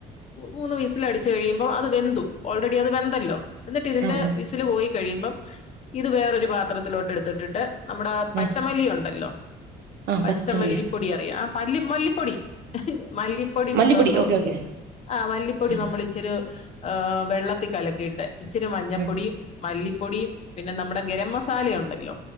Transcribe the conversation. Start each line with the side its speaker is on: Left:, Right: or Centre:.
Left: മൂന്ന് വിസിലടിച്ചു കഴിയുമ്പം അത് വെന്തു. ഓൾറെഡി അത് വെന്തല്ലോ എന്നിട്ടിതിന്റെ
Right: ആഹ്
Left: വിസില് പോയി കഴിയുമ്പം ഇത് വേറൊരു പാത്രത്തിലോട്ടെടുത്തിട്ടിട്ട് നമ്മുടെ പച്ചമല്ലി
Right: ആഹ്
Left: ഉണ്ടല്ലോ,
Right: ആഹ്
Left: പച്ചമല്ലിപ്പൊടി
Right: പച്ചമല്ലി
Left: അറിയ പല്ലി മല്ലിപ്പൊടി മല്ലിപ്പൊടി
Right: മല്ലിപ്പൊടി
Left: ഒന്ന്
Right: ഓക്കെ ഓക്കെ
Left: ആ മല്ലിപ്പൊടി
Right: ഉം
Left: നമ്മള്ച്ചിരി ഏഹ് വെള്ളത്തി കലക്കിയിട്ട് ഇച്ചിരി മഞ്ഞപ്പൊടിയും
Right: ഉം
Left: മല്ലിപ്പൊടിയും പിന്നെ നമ്മുടെ ഗരം മസാലയൊണ്ടല്ലോ